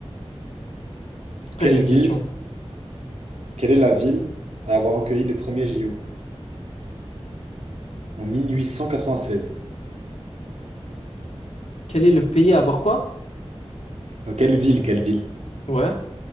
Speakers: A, on the left; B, on the right.
A: Après,
B: Quelle
A: j'ai une
B: ville,
A: question.
B: quelle est la ville à avoir accueilli les premiers JO? En 1896.
A: Quel est le pays à avoir quoi?
B: Euh, quelle ville, quelle ville
A: Ouais.